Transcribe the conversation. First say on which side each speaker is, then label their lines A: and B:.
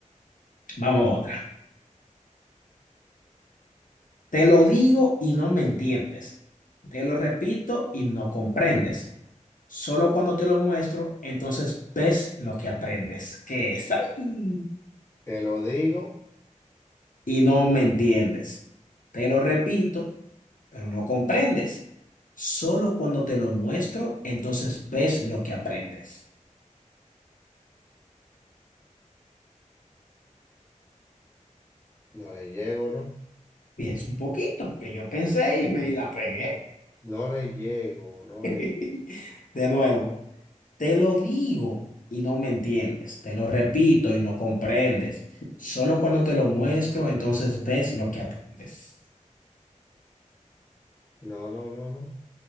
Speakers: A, on the left; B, on the left.
A: vamos a otra. Te lo digo y no me entiendes. Te lo repito y no comprendes. Solo cuando te lo muestro, entonces ves lo que aprendes, que es ahí
B: Te lo digo,
A: y no me entiendes. Te lo repito pero no comprendes. Solo cuando te lo muestro, entonces ves lo que aprendes.
B: no le llego, ¿no?
A: Piensa un poquito, porque yo pensé y me la pegué.
B: No le llego, no
A: <laughs>
B: le llego.
A: De
B: Wow.
A: nuevo, te lo digo y no me entiendes. Te lo repito y no comprendes. Solo cuando te lo muestro, entonces ves lo que aprendes.
B: No, no, no, no.